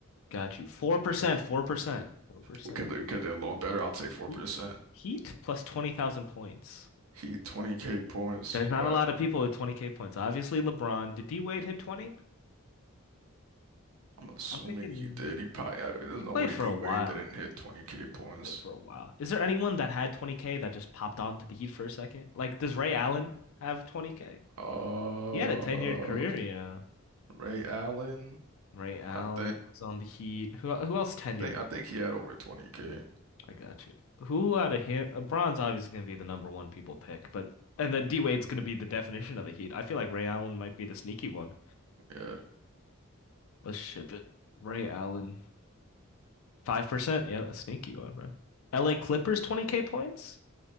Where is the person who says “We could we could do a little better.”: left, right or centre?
Right